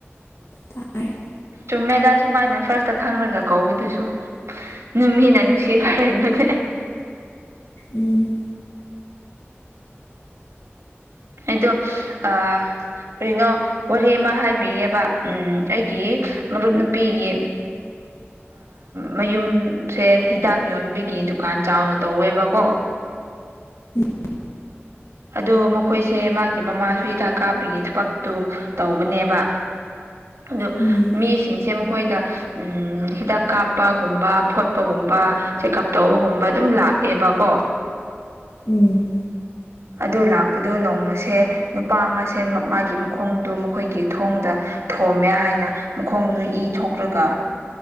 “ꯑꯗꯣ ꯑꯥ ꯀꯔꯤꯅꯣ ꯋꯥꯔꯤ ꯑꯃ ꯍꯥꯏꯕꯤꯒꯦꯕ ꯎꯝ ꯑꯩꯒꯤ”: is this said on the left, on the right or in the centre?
Right